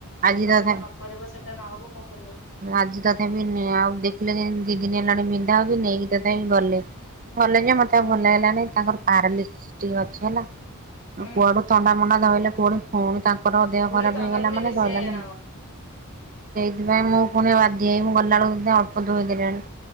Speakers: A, on the left; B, on the right.
A: ଯୋଉ
B: ଆଜି
A: କାମ
B: ତଥା
A: ତ ନ କରିବ ସେଇଟା ନହବ, କଣ କରିବ?
B: ଆଜି ତଥାପି ନେ ଆଉ ଦେଖିଲେ ଯେ ଦି ଦିନ ହେଲାଣି ବିନ୍ଧା ହଉଛି, ନେଇକି ତଥାପି ଗଲେ। ଗଲେ ଯେ, ମତେ ଆଉ ଭଲ ଲାଗିଲାନି। ତାଙ୍କର ପାରାଲିସିସି ଟିକେ ଅଛି ହେଲା।
A: ହୁଁ
B: ଆଉ କୁଆଡୁ ଥଣ୍ଡା ମଣ୍ଡା ଧଇଲେ ପୁଣି, ଫୁଣି ତାଙ୍କର ଦେହ
A: ପୁଣି
B: ଖରାପ
A: ତମେ
B: ହେଇଗଲା
A: ପୁଣି
B: ମାନେ
A: ବେଶୀ
B: ସଇଲା
A: ହଇରାଣ
B: ଲୋ
A: ହବ।
B: ମା! ଥିପାଇଁ ମୁଁ ଫୁଣି ବାଧ୍ୟ ହେଇ ମୁଁ ଗଲା ଅଳକୁ ସେ ଅଳ୍ପ ଧୋଇଦେଲେଣି।